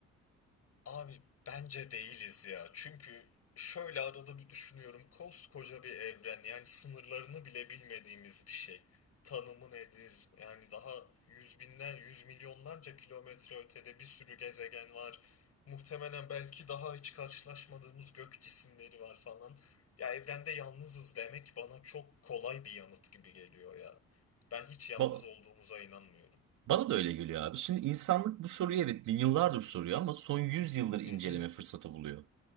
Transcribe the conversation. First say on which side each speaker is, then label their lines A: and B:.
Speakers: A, on the left; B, on the right.
A: Abi bence değiliz ya. Çünkü şöyle arada bir düşünüyorum. Koskoca bir evren yani sınırlarını bile bilmediğimiz bir şey. Tanımı nedir? Yani daha yüz binden yüz milyonlarca kilometre ötede bir sürü gezegen var. Muhtemelen belki daha hiç karşılaşmadığımız gök cisimleri var falan. Ya evrende yalnızız demek bana çok kolay bir yanıt gibi geliyor ya. Ben hiç yalnız
B: Ba-
A: olduğumuza inanmıyorum.
B: bana da öyle geliyor abi. Şimdi insanlık bu soruyu evet bin yıllardır soruyor ama son 100 yıldır inceleme
A: Hı hı.
B: fırsatı buluyor.